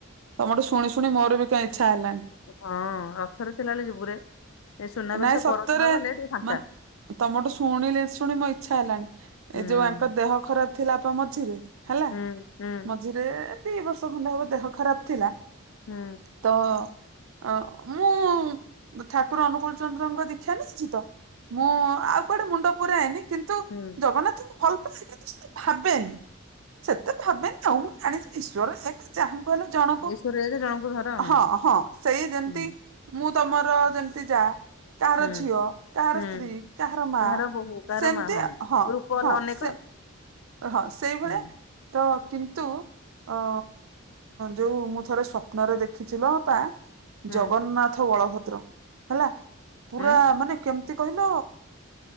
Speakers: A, on the right; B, on the left.
A: ତମଠୁ ଶୁଣି ଶୁଣି ମର ବି କାଇଁ ଇଚ୍ଛା ହେଲାଣି।
B: ହଁ ରଥରେ ଥିଲା ବଳେ ଯିବୁରେ ଏ ସୁନାବେଶ
A: ନାଇଁ ସତରେ
B: ପରଦିନ ଗଲେ ଟିକେ ଫାଙ୍କା।
A: ମାନେ ତମଠୁ ଶୁଣିଲି ଶୁଣି ମୋ ଇଚ୍ଛା ହେଲାଣି
B: ହୁଁ।
A: ଏ ଯଉ ଆଙ୍କ ଦେହ ଖରାପ୍ ଥିଲା ମଝିରେ। ହେଲା।
B: ହୁଁ ହୁଁ।
A: ଦି ବର୍ଷ ଖଣ୍ଡେ ହବ ଦେହ ଖରାପ ଥିଲା।
B: ହୁଁ।
A: ତ ଅ ମୁଁ ଠାକୁର ଅନୁକଳ ଚନ୍ଦ୍ରଙ୍କ ଦୀକ୍ଷା ନିଶ୍ଚିତ ମୁଁ ଆଉ କୁଆଡ଼େ ମୁଣ୍ଡ ପୁରାଏନି କିନ୍ତୁ
B: ହୁଁ।
A: ଜଗନ୍ନାଥଙ୍କୁ ଭଲ ପାଏ କିନ୍ତୁ ସେତ ଭାବେନି ସେତେ ଭାବେନି ଆଉ ମୁଁ ଜାଣିଛିି ଈଶ୍ୱର ଚାହୁଁ କହିଲେ ଜଣକୁ
B: ସୁରରେ ଜଣଙ୍କୁ ଧର ହୁଁ।
A: ହଁ ହଁ ସେଇ ଯେମିତି
B: ହୁଁ
A: ମୁଁ ତମର ଯେମିତି ଯା କାହାର
B: ହୁଁ
A: ଝିଅ କାହାର
B: ହୁଁ
A: ସ୍ତ୍ରୀ କାହାର ମା
B: ବୋହୂ କାହାର
A: ସେମିତି
B: ମା
A: ହଁ
B: ରୂପ ଅଲ
A: ହଁ
B: ଅନେକ।
A: ସେ ହଁ ସେଇଭଳିଆ
B: ହୁଁ
A: ତ କିନ୍ତୁ ଅ ଯଉ ମୁଁ ଥରେ ସ୍ୱପ୍ନରେ ଦେଖିଛି ଲୋ ଅପା।
B: ହୁଁ
A: ଜଗନ୍ନାଥ ବଳଭଦ୍ର ହେଲା ପୁରା
B: ହୁଁ ହୁଁ
A: ମାନେ କେମତି କହିଲ